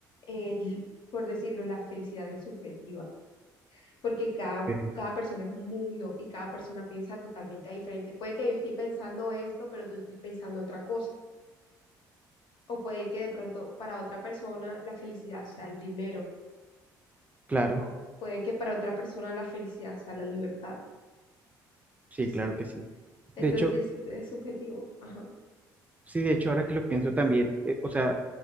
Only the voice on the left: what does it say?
eh, por decirlo, la felicidad es subjetiva, porque cada,
cada persona es un mundo y cada persona piensa totalmente diferente. Puede que yo esté pensando esto, pero tú estés pensando otra cosa. O puede que de pronto para otra persona la felicidad sea el dinero.
O puede que para otra persona la felicidad sea la libertad.
Sí.
Entonces
es subjetivo. Ajá.